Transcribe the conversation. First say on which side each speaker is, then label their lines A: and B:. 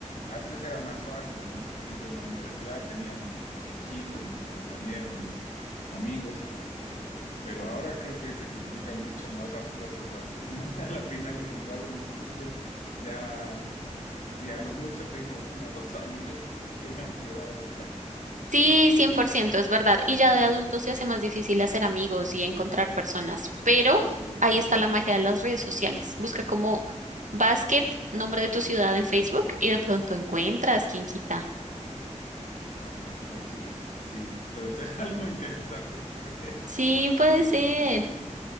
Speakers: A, on the left; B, on the right.
A: antes era más fácil, ¿no? Por ejemplo, en la universidad tenía mi, mi equipo, mis compañeros, mis amigos, pero ahora creo que se complican mucho más las cosas. A, <laughs> a la final encontrar un equipo, ya, sí, a lo mucho tengo uno o dos amigos <laughs> que me han quedado.
B: Sí, 100% es verdad. Y ya de adultos se hace más difícil hacer amigos y encontrar personas, pero
A: Sí, sí,
B: ahí está la magia de las redes sociales. Busca como basket, nombre de tu ciudad en Facebook y de pronto encuentras, quién quita.
A: claro, o sea, sí, es- sí, puede ser <laughs> algo interesante. <laughs>
B: Sí, puede ser.